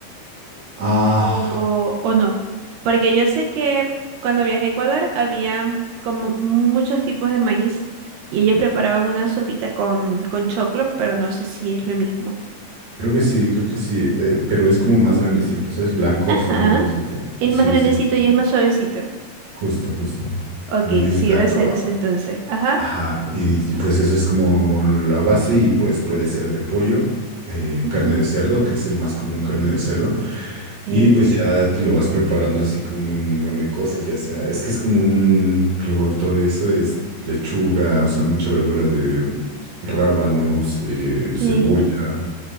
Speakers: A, on the right; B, on the right.
A: Ah,
B: O, o no. Porque yo sé que cuando viajé a Ecuador había como muchos tipos de maíz y ellos preparaban una sopita con, con choclo, pero no sé si es lo mismo.
A: creo que sí, creo que sí, eh, pero es como más grandecito, o sea, es blanco
B: Ajá.
A: así grandecito.
B: Es
A: Eh, Sí,
B: más grandecito
A: sí,
B: y es más suavecito.
A: justo, justo.
B: Ok,
A: El maíz
B: sí
A: blanco.
B: debe ser
A: ah.
B: eso entonces. Ajá.
A: Ajá, y pues eso es como la base y pues puede ser de pollo, eh,
B: Ujú.
A: carne de cerdo, que es el más común, carne de cerdo,
B: Ok,
A: y pues ya te lo vas preparando así con un buen de cosas, ya sea, es que es como un revoltor, eso es lechuga, o sea, mucha verdura de rábanos, eh,
B: ok.
A: cebolla,